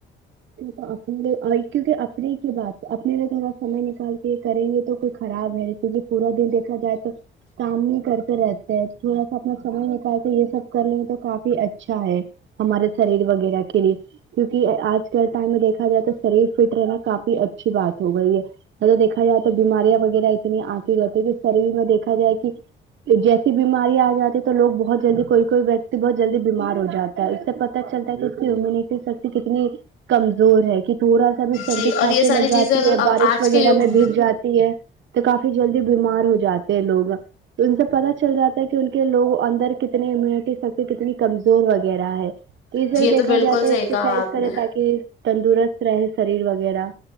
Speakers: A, on the right; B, on the left.
A: تو اپنے کیونکہ اپنے کی بات اپنے لیے تھوڑا سمے نکال کے کریں گے تو کوئی خراب ہے کیونکہ پورا دن دیکھا جائے تو کام نہیں کرتے رہتے ہیں تھوڑا سا اپنا سمے نکال کے یہ سب کر لیں گے تو کافی اچھا ہے ہمارے شریر وغیرہ وغیرہ کے لی کیوںکہ آج کل ٹائم میں دیکا جائے تو شریر فٹ رہنا کافی اچھی بات ہو گئی ہے مطلب دیکا جائے تو بیماریاں وغیرہ اتنی آتی رہتی پ شریر میں دیکھا جائے کہ جیسے بیماری آ جاتی ہے تووگ بہت جلدی کوئی کوئی ویکتی بہت جلدی بیمار جات ہے اس سے پتا چلتا ہے ٹی سکتی کتنی کمزور ہے کہ تھوڑا سا بھی سردی
B: جی
A: کھانسی
B: اور یہ ساری
A: لگ
B: چیزیں
A: جاتی
B: اگر
A: ہے بارش
B: آج
A: وغیرہ
B: کے یگ
A: میں بھیگ جاتی ہے تو کافی جلدی بیمار ہو جاتے ہیں لوگ تو ان سے پتتا چل جاتا ہے کہ ان کے لوگ اندر کتنی امیونٹی سختی کتنی کمزور وغیرہ ہے توے
B: جی یہ
A: دیکھا
B: بالکل
A: جائے تو
B: صحیح
A: ایکسرسائز
B: کہا آپ
A: کرے
B: نے
A: تاکہ تندرست رہے شریر وغیرہ